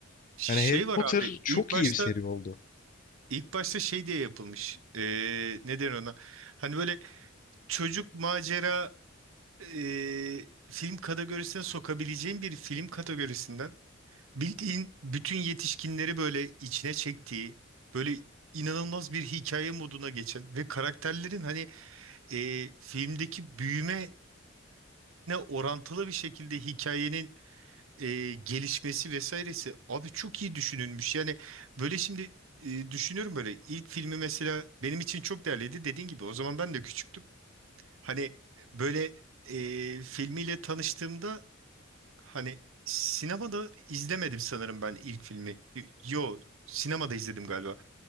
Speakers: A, on the right (about 70°); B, on the left (about 40°).
A: Şey
B: Yani Harry Potter
A: var abi
B: çok
A: ilk başta
B: iyi bir seri oldu.
A: ilk başta şey diye yapılmış. Ee, neden ona? Hani böyle çocuk macera ee, film kategorisine sokabileceğin bir film kategorisinden bildiğin bütün yetişkinleri böyle içine çektiği böyle inanılmaz bir hikaye moduna geçen ve karakterlerin hani e, filmdeki büyümelerine orantılı bir şekilde hikayenin e, gelişmesi vesairesi abi çok iyi düşünülmüş. Yani böyle şimdi e, düşünüyorum böyle ilk filmi mesela benim için çok değerliydi dediğin gibi o zaman ben de küçüktüm. Hani böyle e, filmiyle tanıştığımda Hani sinemada izlemedim sanırım ben ilk filmi. Yo, sinemada izledim galiba.